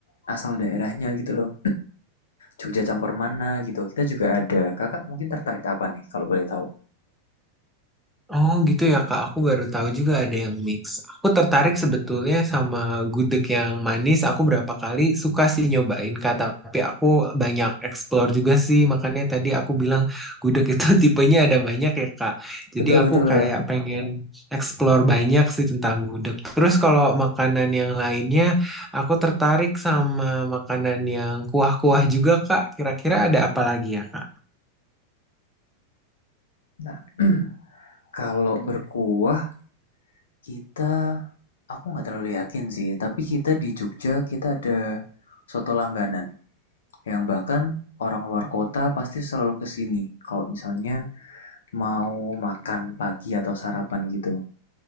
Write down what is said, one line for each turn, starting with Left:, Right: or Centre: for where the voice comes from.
Left: asal daerahnya gitu loh. Jogja campur mana gitu. Kita juga ada. Kakak mungkin tertarik apa nih kalau boleh tahu?
Centre: Oh gitu ya Kak, aku baru tahu juga ada yang mix. Aku tertarik sebetulnya sama gudeg yang manis. Aku berapa kali suka sih nyobain Kak, tapi aku banyak explore juga sih. Makanya tadi aku bilang gudeg itu <laughs> tipenya ada banyak ya Kak. Jadi
Left: Betul,
Centre: aku
Left: betul.
Centre: kayak pengen explore banyak sih tentang gudeg. Terus kalau makanan yang lainnya, aku tertarik sama makanan yang kuah-kuah juga Kak. Kira-kira ada apa lagi ya Kak?
Left: Nah, <clears throat> kalau berkuah kita aku nggak terlalu yakin sih, tapi kita di Jogja kita ada soto langganan yang bahkan orang luar kota pasti selalu kesini kalau misalnya mau makan pagi atau sarapan gitu.